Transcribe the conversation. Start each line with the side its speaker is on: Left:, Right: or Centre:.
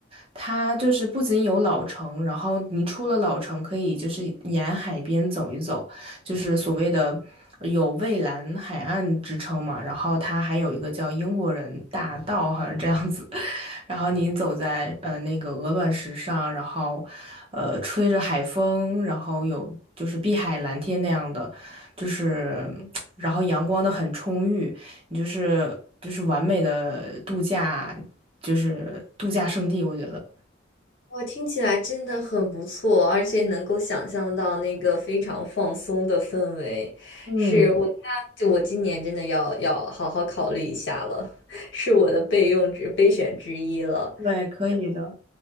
Right: 它就是不仅有老城，然后你出了老城，可以就是沿海边走一走，就是所谓的有蔚蓝海岸之称嘛。然后它还有一个叫英国人大道，好像这样子。然后你走在呃那个鹅卵石上，然后呃吹着海风，然后有就是碧海蓝天那样的，就是然后阳光的很充裕，你就是就是完美的度假，就是度假胜地，我觉得。
Left: 我听起来真的很不错，而且能够想象到那个非常放松的氛围，
Right: 嗯，
Left: 是我那就我今年真的要要好好考虑一下了，<laughs> 是我的备用之备选之一了。
Right: 对，可以的。